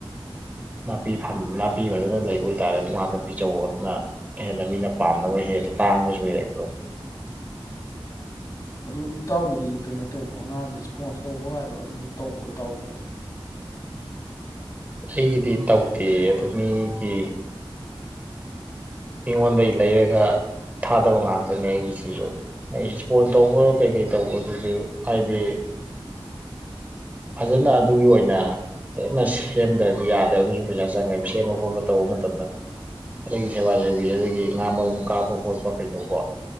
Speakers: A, on the right (about 15°); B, on the left (about 40°).
A: ꯅꯥꯄꯤꯐ ꯅꯥꯄꯤ ꯐꯖꯅ ꯂꯩꯕ ꯑꯣꯏꯇꯥꯔꯦ ꯑꯗꯨ ꯉꯥꯛꯅꯄꯤꯖꯧꯋꯣ ꯑꯗꯨꯅ ꯍꯦꯟꯅ ꯃꯤꯅ ꯄꯥꯝꯅꯕ ꯍꯦꯜꯂꯤ ꯇꯥꯡꯕꯁꯨ ꯍꯦꯜꯂꯛꯇꯣꯏꯅꯤ꯫
B: ꯑꯗꯨ ꯏꯇꯥꯎꯒꯤꯗꯤ ꯀꯩꯅꯣ ꯇꯧꯕ ꯉꯥꯒꯤ ꯏꯁꯄꯣꯟꯁ ꯇꯧꯕꯒꯥꯏꯗꯣ ꯑꯗꯨꯝꯁꯨ ꯇꯧꯕ꯭ꯔꯣ ꯏꯇꯥꯎꯒꯤꯕꯣ꯫
A: ꯑꯩꯒꯤꯗꯤ ꯇꯧꯗꯦ ꯑꯗꯨ ꯃꯤꯒꯤ ꯃꯤꯉꯣꯟꯗꯒꯤ ꯂꯩꯔꯒ ꯊꯥꯗꯕ ꯉꯥꯛꯇꯅꯤ ꯑꯩꯒꯤꯁꯤꯁꯨ ꯑꯩ ꯏꯁꯄꯣꯟ ꯇꯧꯕ ꯀꯩꯀꯩ ꯇꯧꯕꯗꯨꯁꯨ ꯍꯥꯏꯗꯤ ꯐꯖꯅ ꯑꯗꯨꯒꯤ ꯑꯣꯏꯅ ꯐꯖꯟꯅ ꯁꯦꯝꯗ꯭ꯔꯗꯤ ꯌꯥꯗꯦ ꯑꯗꯨꯁꯨ ꯄꯩꯁꯥ ꯆꯪꯉꯦꯕ ꯁꯦꯝꯕ ꯈꯣꯠꯄ ꯇꯧꯕ ꯃꯇꯝꯗ ꯁꯦꯕꯥ ꯁꯦꯕꯤ ꯑꯗꯒꯤ ꯉꯥ ꯃꯔꯨꯝ ꯀꯥꯞꯄ ꯈꯣꯠꯄ ꯀꯩꯗꯧꯕ